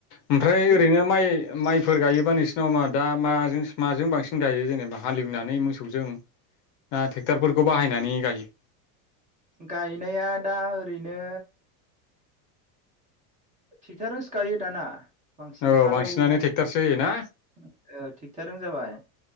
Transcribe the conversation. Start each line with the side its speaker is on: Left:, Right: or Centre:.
Left: ओमफ्राय
Right: हाजोनि दैखौ
Left: ओरैनो माइ माइ फोर गायोबा नोंसिनाव मा दा माजोंस माजों बांसिन गायो जेनेबा हालेवनानै मोसौजों ना थेक्ट'रफोरखौ बाहायनानै गायो?
Right: गायनाया दा ओरैनो ओ थिक्थारस गायो दाना बांसिन
Left: औ
Right: हालौनाय
Left: बांसिनानो ट्रेक्टरसो होयोना
Right: <unintelligible> ओ थिगथारों जाबाय